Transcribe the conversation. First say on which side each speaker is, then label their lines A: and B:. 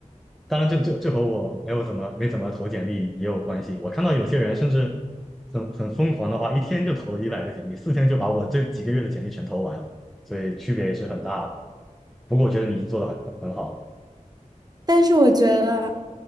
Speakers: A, in the centre; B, on the right (about 30°).
A: 当然这，这这和我没有怎么没怎么投简历也有关系。我看到有些人甚至很很疯狂的话，一天就投了一百个简历，四天就把我这几个月的简历全投完了，所以区别也是很大的。不过我觉得你已经做的很很很好了，
B: 但是我觉得。